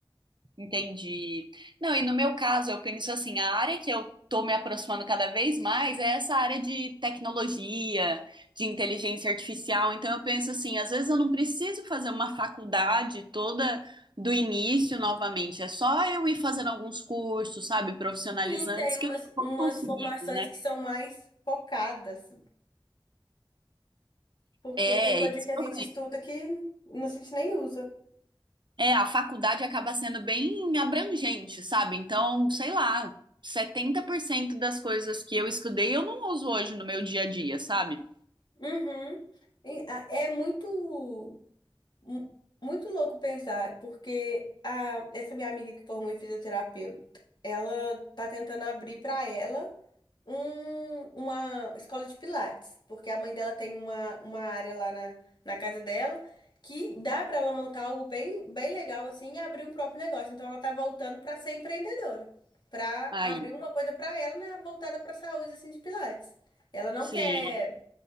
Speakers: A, on the right (about 60°); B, on the left (about 55°).
A: Entendi. Não, e no meu caso, eu penso assim, a área que eu tô me aproximando cada vez mais é essa área de tecnologia, de inteligência artificial. Então eu penso assim, às vezes eu não preciso fazer uma faculdade toda do início novamente, é só eu ir fazendo alguns cursos, sabe, profissionalizantes
B: E tem
A: que
B: umas,
A: eu vou
B: umas
A: conseguindo,
B: formações
A: né?
B: que são mais focadas, porque
A: É,
B: tem coisa
A: isso
B: que a
A: que
B: gente
A: eu
B: estuda que a gente nem usa.
A: É, a faculdade acaba sendo bem abrangente, sabe? Então, sei lá, 70% das coisas que eu estudei eu não uso hoje no meu dia a dia, sabe?
B: Uhum. E, a- É muito. Mu- Muito louco pensar, porque a, essa minha amiga que formou em fisioterapeuta, ela tá tentando abrir para ela um, uma escola de pilates, porque a mãe dela tem uma, uma área lá na, na casa dela que dá para ela montar algo bem, bem legal assim e abrir um próprio negócio. Então ela tá voltando para ser empreendedora, para
A: Aí,
B: abrir uma coisa para ela, né, voltada para saúde assim de pilates. Ela não
A: sim.
B: quer